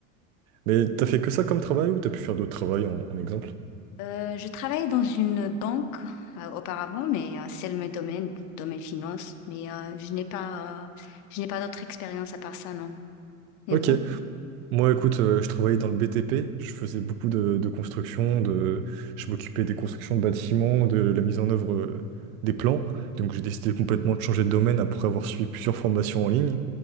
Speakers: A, on the right (about 75°); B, on the left (about 45°).
A: Mais t'as fait que ça comme travail ou t'as pu faire d'autres travails en, en exemple?
B: Euh, je travaillais dans une banque euh, auparavant, mais euh, c'est le même domaine, domaine finance. Mais euh, je n'ai pas, euh, je n'ai pas d'autre expérience à part ça, non. Et
A: Ok.
B: vous?
A: Moi, écoute, euh, je travaillais dans le BTP, je faisais beaucoup de, de construction, de... je m'occupais des constructions de bâtiments, de la mise en œuvre euh, des plans. Donc, j'ai décidé complètement de changer de domaine après avoir suivi plusieurs formations en ligne.